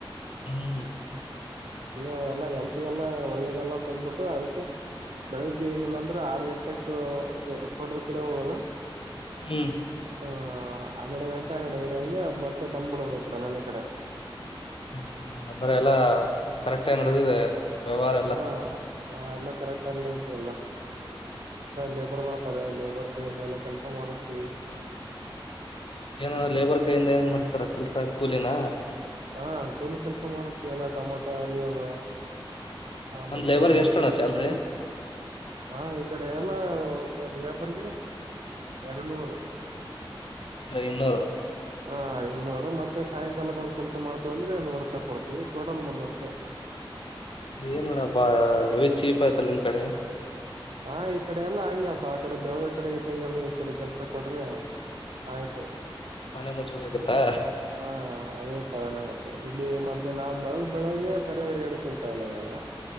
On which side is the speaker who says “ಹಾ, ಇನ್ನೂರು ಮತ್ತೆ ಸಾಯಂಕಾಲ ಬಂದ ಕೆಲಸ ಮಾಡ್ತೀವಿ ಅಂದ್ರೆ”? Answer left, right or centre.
Right